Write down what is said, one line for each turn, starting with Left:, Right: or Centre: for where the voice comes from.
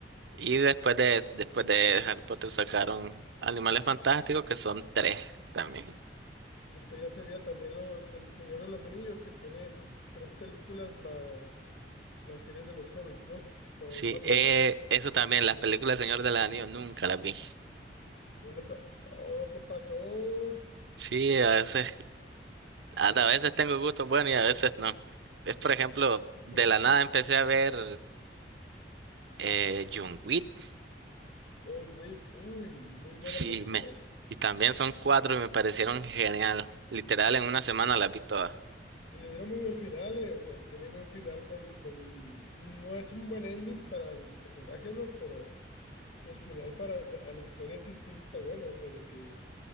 Right: Y después de, después de Harry Potter sacaron Animales Fantásticos, que son tres también.
Left: Después ya sería también los, El Señor de los Anillos, que tiene sus tres películas más las series de los Hobbits, ¿no? Que son
Right: Sí,
Left: varios.
Right: eh, eso también, las películas del Señor del Anillo nunca las vi.
Left: No la sa- Oh, ¿qué pasó?
Right: Sí, a veces, a
Left: Hay
Right: a
Left: que-
Right: veces tengo gustos buenos y a veces no. Es por ejemplo,
Left: <laughs>
Right: de la nada empecé a ver eh, John Wick.
Left: John Wick, uy, muy buena
Right: Sí,
Left: película.
Right: me, y también son cuatro y me parecieron genial. Literal, en una semana las vi todas.
Left: Y le dieron muy buen final, eh, o sea, tiene buen final con, con... No es un buen ending para el personaje, ¿no? Pero el final para da- a la historia sí, sí, sí está bueno, o sea, de que